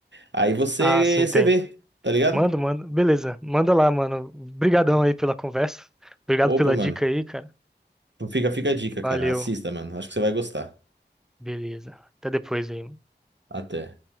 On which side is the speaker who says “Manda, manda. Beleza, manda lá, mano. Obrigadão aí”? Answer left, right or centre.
Centre